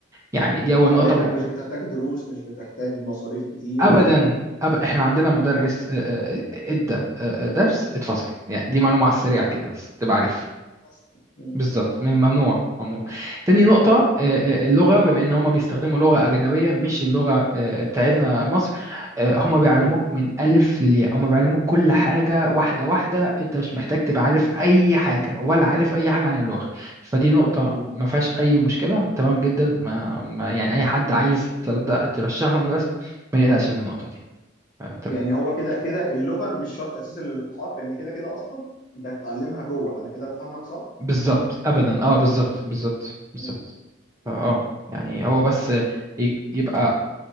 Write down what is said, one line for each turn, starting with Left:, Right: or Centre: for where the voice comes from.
Right: يعني دي اول
Left: أه
Right: نقطة
Left: لأنك
Right: م...
Left: مش بتحتاج دروس مش بتحتاج مصاريف كتير
Right: ابدا
Left: وهكذا
Right: أب... احنا عندنا
Left: م.
Right: مدرس اه، اه، آه، ادى اه، اه، درس اتفصل يعني دي معلومة على السريع كده بس تبقى عارف
Left: أصلا م.
Right: بالظبط م- ممنوع ممنوع تاني
Left: م.
Right: نقطة آه، آه، اللغة بما ان هما بيستخدموا لغة أجنبية مش اللغة آه، آه،
Left: م.
Right: بتاعتنا مصر آه، هما بيعلموك
Left: م.
Right: من ألف للياء هما بيعلموك كل حاجة واحدة واحدة انت مش محتاج تبقى عارف أي حاجة ولا عارف أي حاجة عن اللغة فدي نقطة
Left: م. <laughs>
Right: ما فيهاش أي مشكلة تمام جدا ما ما- يعني أي حد عايز ترد- ترشح له مدرسة ما يقلقش من النقطة دي آه، تمام
Left: يعني هو كده كده اللغه مش شرط اساسي للالتحاق لان كده كده اصلا انت هتتعلمها جوه انا كده فاهمك صح؟
Right: بالظبط ابدا اه بالظبط بالظبط بالظبط
Left: مم.
Right: فا
Left: مم.
Right: اه يعني هو بس ي- يبقى